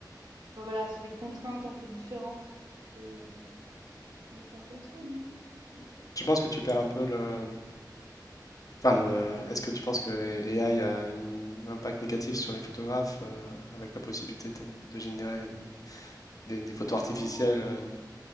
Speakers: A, on the right; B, on the left.
A: Enfin voilà, c'est des contraintes un peu différentes. Et, euh, mais c'est intéressant, non? C'est cool.
B: Tu penses que tu perds un peu le... Enfin, le... est-ce que tu penses que AI a un impact négatif sur les photographes euh, avec la possibilité de, de générer des, des- des photos artificielles
A: Non,
B: euh,